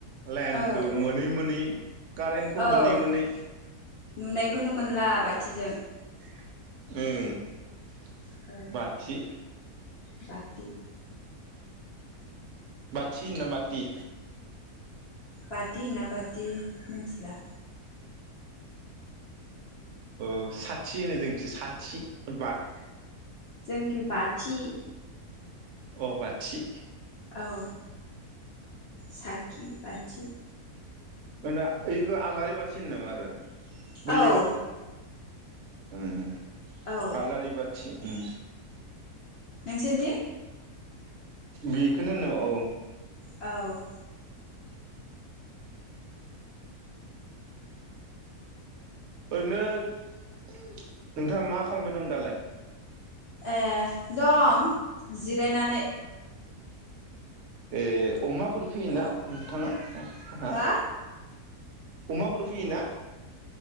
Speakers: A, on the right (about 60°); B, on the left (about 60°).
A: लाइनखौ
B: औ
A: मोनै मोनै कारेन्टखौ
B: औ
A: मोनै मोनै।
B: नुनायखौनो मोनला बाथिजों
A: <unintelligible>
B: औ
A: बाथि।
B: <inaudible>
A: बाथि ना बाथि।
B: बाटि होना बाटि मिथिला।
A: औ साथि होनो जों। एक्स' साथि बाद
B: जोंखि बाथि।
A: अ बाथि।
B: औ। साखि बथि
A: होना खौ आलारि बाथि होनो नामा? आरो
B: औ
A: बैयो। उम
B: औ
A: आलारि बा उम
B: नोंसोर दे
A: बेखौनो होनो औ
B: औ
A: ओरैनो नोंथाङा मा खालामबाय दं दालाय
B: ए दं जिरायनानै
A: ए अमाफोर फैयोना
B: औ
A: नोंथाङा
B: हा
A: अमाफोर फियोना